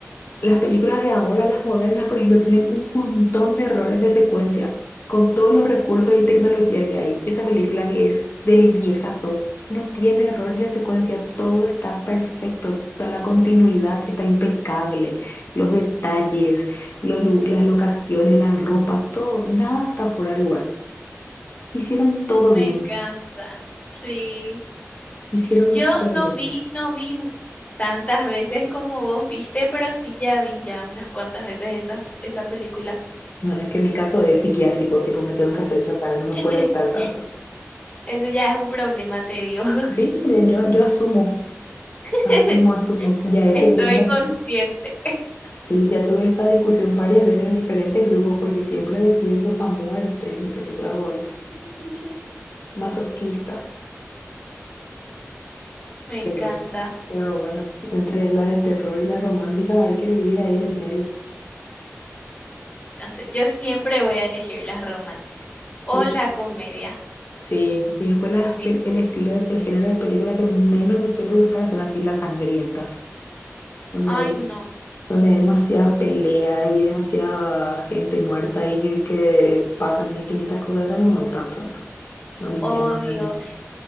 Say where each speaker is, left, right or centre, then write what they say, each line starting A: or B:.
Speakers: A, on the left; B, on the left.
A: las películas de ahora, las modernas, por ejemplo, tienen un montón de errores de secuencia con todos los
B: ujú,
A: recursos y tecnología que hay. Esa película que es del viejazo no tiene errores de secuencia, todo está perfecto, toda la continuidad está impecable, los detalles, los lu- las locaciones, la ropa, todo, nada está fuera de lugar. Hicieron todo
B: me
A: bien,
B: encanta. Sí,
A: hicieron
B: yo
A: todo
B: no
A: bien.
B: vi, no vi m- tantas veces como vos viste, pero sí ya vi ya unas cuantas veces esa, esa película.
A: No, es que mi caso es psiquiátrico, tipo me tengo que hacer tratar, no me
B: <laughs>
A: puede gustar tanto.
B: Eso ya es un problema, te digo.
A: Sí, yo, yo asumo.
B: <laughs>
A: Asumo, asumo. Ya he
B: Estoy
A: tenido también
B: consciente.
A: sí, ya tuve esta discusión varias veces en diferentes grupos porque siempre defiendo a muerte mi película favorita.
B: <laughs>
A: Masoquista.
B: Me
A: Pero,
B: encanta.
A: pero bueno, entre las de terror y las románticas hay que vivir ahí en el medio.
B: No sé, yo siempre voy a elegir las románticas o
A: Y
B: la comedia.
A: sí, y después las,
B: Sí.
A: pe- el estilo, de- el género de película que menos me suele gustar son así las sangrientas. Donde
B: Ay,
A: hay,
B: no,
A: donde hay demasiadas peleas y demasiada gente muerta y que pasan 1500 cosas, esas no me gustan tanto. No me
B: odio.
A: llaman la atención.